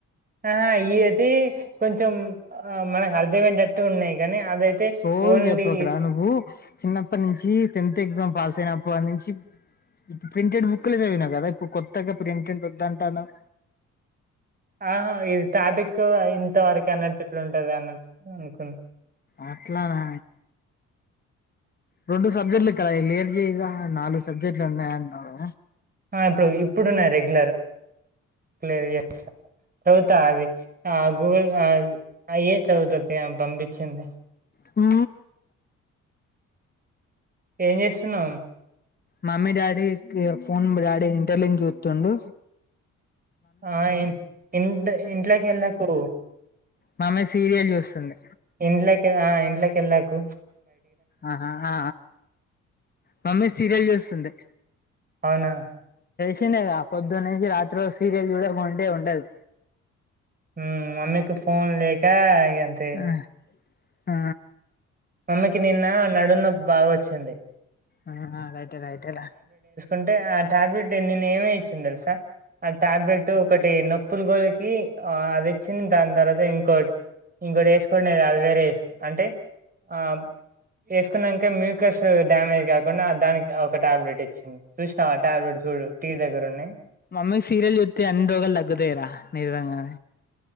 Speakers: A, on the right (about 30°); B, on the left (about 30°).
A: ఆహా ఇవి అయితే కొంచెం ఆ మనకు అర్థమయ్యేటట్టు ఉన్నాయి కానీ, అదైతే
B: సోది
A: ఓన్లీ
B: చెప్పకు రా నువ్వు చిన్నప్పటి నుంచి టెన్త్ ఎగ్జామ్ పాస్ అయినప్పటి నుంచి ప్రింటెడ్ బుక్ లే చదివినవ్ కదా ఇప్పుడు కొత్తగా ప్రిమిటెడ్ వద్దంటున్నావు
A: ఆహా ఇది టాపిక్ ఇంతవరకు అన్నటట్లు ఉంటది అన్నట్టు అనుకున్నా
B: అట్లా నా రెండు సబ్జెక్టులు ఇక్క క్లియర్ చేయదా నాలుగు సబ్జెక్టులు ఉన్నాయన్నాడు
A: ఆ ఇప్పుడు ఇప్పుడు ఉన్న రెగ్యులర్ క్లియర్ చేస్తా చదువుతా అది ఆ గూగుల్ ఆ ఏ చదుతుది పంపించింది
B: హ
A: ఏం చేస్తున్నావ్
B: mummy daddy phone daddy inter link చూతుండు
A: ఆ ఇ ఇట్ ఇంట్లోకి వెళ్ళకు
B: మామ్మ సీరియల్ చూస్తుంది
A: ఇంట్లోకి మా ఇంట్లోకి వెళ్ళకు
B: ఆహా ఆ మమ్మీ సీరియల్ చూస్తుంది
A: అవునా
B: వచ్చింద పొద్దున్న నుంచి రాత్రి వరకు సీరియల్ చూడకుంటే ఉండదు
A: ఉ మమ్మకి ఫోన్ లేక అంతే
B: ఆ ఆ
A: మమ్మకి నిన్న నడుము నొప్పి బాగా వచ్చింది
B: ఆ రైటే రైటే రా
A: అంటే ఆ టాబ్లెట్ నిన్న ఏమే ఇచ్చింది తెలుసా ఆ టాబ్లెట్ ఒకటి నొప్పుల గోలికి అది ఇచ్చింది దాని తర్వాత ఇంకోటి ఇంకోటి వేసుకోనేది అది వేరే వే అంటే ఆ వేసుకున్నాక మ్యూకస్ డ్యామేజ్ కాకుండా దానికి ఒక టాబ్లెట్ ఇచ్చింది చూసినా ఆ ట్యాబ్లెట్ చూడు టీవి దగ్గర ఉన్నాయి
B: మమ్మీ సీరియల్ చూస్తే అన్ని రోగాలు తగ్గుతాయి రా నిజంగా